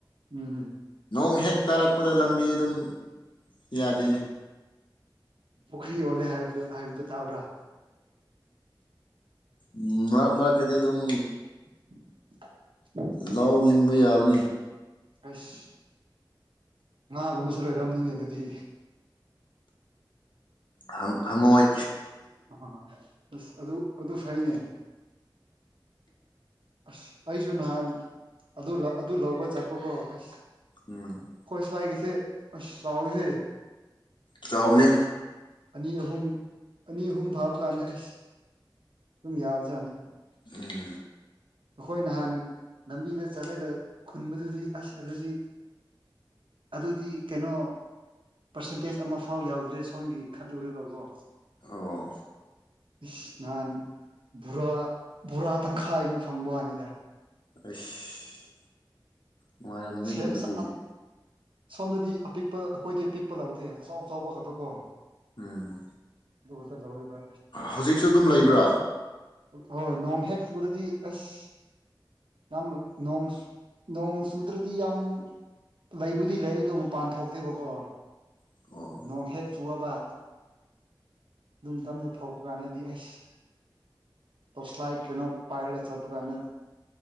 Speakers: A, on the right (about 85°); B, on the left (about 70°).
A: ꯎꯝ
B: ꯅꯣꯡ ꯍꯦꯛ ꯇꯥꯔꯛꯄꯗ ꯂꯝꯕꯤ ꯑꯗꯨꯝ ꯌꯥꯗꯦꯅꯦ
A: ꯄꯨꯈ꯭ꯔꯤ ꯑꯣꯜꯂꯦ ꯍꯥꯏꯕꯗꯣ ꯍꯥꯏꯕꯗꯨꯣ ꯇꯥꯕ꯭ꯔꯥ
B: ꯎꯝ ꯃꯔꯛ ꯃꯔꯛꯇꯗꯤ ꯑꯗꯨꯝ
A: <inaudible>
B: ꯂꯧ ꯂꯤꯡꯕ ꯌꯥꯕꯅꯤ
A: ꯑꯁ ꯉꯥꯒꯨꯝꯕꯁꯨ ꯂꯩꯔꯝꯅꯤꯅꯦ ꯑꯗꯨꯗꯤ
B: ꯍꯪꯪ ꯍꯪꯉꯣꯏ
A: ꯑ ꯑꯁ ꯑꯗꯨ ꯑꯗꯨ ꯐꯩꯅꯦ ꯑꯁ ꯑꯩꯁꯨ ꯅꯍꯥꯟ ꯑꯗꯨ ꯂꯧ ꯑꯗꯨ ꯂꯧꯕ ꯆꯠꯄꯣꯀꯣ ꯑꯁ
B: ꯎꯝ
A: ꯈꯣꯏ ꯁꯋ꯭ꯥꯏꯒꯤꯁꯦ ꯑꯁ ꯆꯥꯎꯋꯤꯍꯦ
B: ꯆꯥꯎꯕꯅꯦ
A: ꯑꯅꯤ ꯑꯍꯨꯝ ꯑꯅꯤ ꯑꯍꯨꯝ ꯐꯥꯕ ꯀꯥꯟꯗ ꯑꯩꯁ ꯗꯨꯝ ꯌꯥꯕꯖꯥꯠꯅꯤ
B: ꯎꯝ
A: ꯑꯈꯣꯏ ꯅꯍꯥꯟ ꯂꯝꯕꯤꯗ ꯆꯠꯂꯒ ꯈꯨꯟꯕꯗꯨꯗꯤ ꯑꯁ ꯑꯗꯨꯗꯤ ꯑꯗꯨꯗꯤ ꯀꯩꯅꯣ ꯄꯔꯁꯦꯟꯇꯦꯖ ꯑꯃ ꯐꯥꯎ ꯌꯥꯎꯗ꯭ꯔꯦ ꯁꯣꯝꯒꯤ ꯈꯜꯂꯨꯔꯒꯀꯣ
B: ꯑꯣ
A: ꯑꯁ ꯅꯍꯥꯟ ꯕꯨꯔꯥ ꯕꯨꯔꯥ ꯇꯪꯈꯥꯏ ꯑꯃ ꯐꯪꯕꯋꯥꯅꯤꯗ
B: ꯑꯩꯁ ꯅꯨꯡꯉꯥꯏꯔꯝꯅꯤꯅꯦ
A: ꯁꯦꯝꯁꯥ
B: ꯑꯗꯨꯗꯤ
A: ꯁꯣꯝꯗꯗꯤ ꯑꯄꯤꯛꯄ ꯑꯩꯈꯣꯏꯗꯤ ꯑꯄꯤꯛꯄ ꯂꯧꯗꯦ ꯑꯆꯥꯎ ꯑꯆꯥꯎꯕ ꯈꯛꯇ ꯀꯣ
B: ꯎꯝ
A: ꯗꯨꯈꯛꯇ ꯂꯧꯔꯤꯕ
B: ꯍꯧꯖꯤꯛꯁꯨ ꯑꯗꯨꯝ ꯂꯩꯕ꯭ꯔꯥ
A: ꯍꯣꯏ ꯅꯣꯡ ꯍꯦꯛ ꯆꯨꯔꯗꯤ ꯑꯁ ꯌꯥꯝꯅ ꯅꯣꯡꯁ ꯅꯣꯡꯁ ꯆꯨꯗ꯭ꯔꯗꯤ ꯌꯥꯝ ꯂꯩꯕꯨꯗꯤ ꯂꯩ ꯑꯗꯨ ꯃꯄꯥꯟ ꯊꯣꯛꯇꯦꯕꯀꯣ
B: ꯑꯣ
A: ꯅꯣꯡ ꯍꯦꯛ ꯆꯨꯑꯕ ꯑꯗꯨ ꯃꯇꯝꯅ ꯊꯧꯔꯛꯄ ꯀꯥꯟꯗꯗꯤ ꯑꯁ ꯇꯣꯔꯆ ꯂꯥꯏꯠ ꯀꯩꯅꯣ ꯄꯥꯏꯔꯒ ꯆꯠꯄ ꯀꯥꯟꯗ